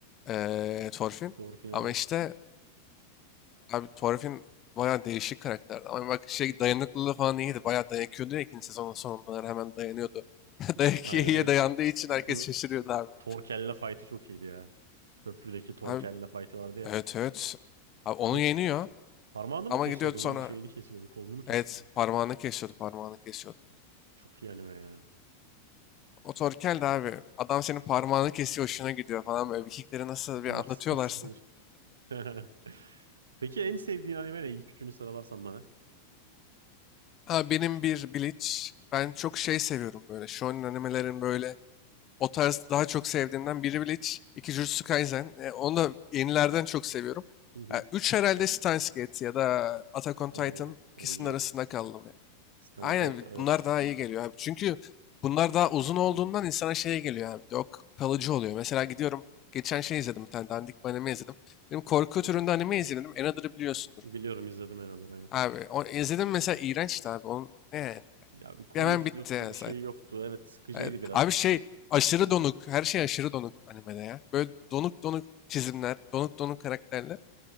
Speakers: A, on the left (about 30°); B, on the right (about 70°).
A: ee, Thorfinn.
B: Thorfinn
A: Ama
B: aynen.
A: işte Abi Thorfinn bayağı değişik karakterdi. Ama bak şey dayanıklılığı falan iyiydi. Bayağı dayanıyordu ya ikinci sezonun sonunda Hani hemen dayanıyordu. <laughs> Dayak
B: Aynen
A: iyiye
B: aynen.
A: dayandığı için
B: Şu
A: herkes şaşırıyordu abi.
B: Torkella fight'ı çok iyiydi ya. Köprüdeki Torkella
A: Abi
B: fight'ı vardı ya.
A: evet evet. Abi onu
B: Kol,
A: yeniyor
B: parmağını
A: ama
B: mı kesiyordu
A: gidiyordu
B: onun
A: sonra
B: bir şeyini kesiyordu. Kolunu mu kesiyordu?
A: evet parmağını kesiyordu parmağını kesiyordu.
B: Çok iyi anime ya.
A: O Torkel de abi adam senin parmağını kesiyor hoşuna gidiyor falan böyle Vikingleri nasıl bir
B: Ruh
A: anlatıyorlarsa.
B: hastası bir <laughs> Peki en sevdiğin anime ne? İlk üçünü sıralarsan bana.
A: Ha benim bir Bleach ben çok şey seviyorum böyle shonen animelerin böyle O tarz daha çok sevdiğimden biri Bleach, iki Jujutsu Kaisen. E, onu da yenilerden çok seviyorum.
B: Hı hı.
A: E, üç herhalde Steins Gate ya da Attack on
B: O
A: Titan ikisinin
B: OG.
A: arasında kaldım ya.
B: Steins
A: Aynen
B: Gate evet.
A: bunlar daha iyi geliyor abi. Çünkü bunlar daha uzun olduğundan insana şey geliyor abi. Yok kalıcı oluyor. Mesela gidiyorum geçen şey izledim bir tane dandik bir anime izledim. Dedim korku türünde anime izledim. Another'ı biliyorsundur.
B: Biliyorum izledim herhalde aynen.
A: Abi o, izledim mesela iğrençti abi. Onun ne yani?
B: Ya bir konusu
A: Hemen bitti
B: yoktu,
A: ya
B: bir
A: zaten.
B: şey yoktu. Evet sıkıcıydı
A: Evet.
B: biraz.
A: Abi şey aşırı donuk. Her şey aşırı donuk animede ya. Böyle donuk donuk çizimler, donuk donuk karakterler.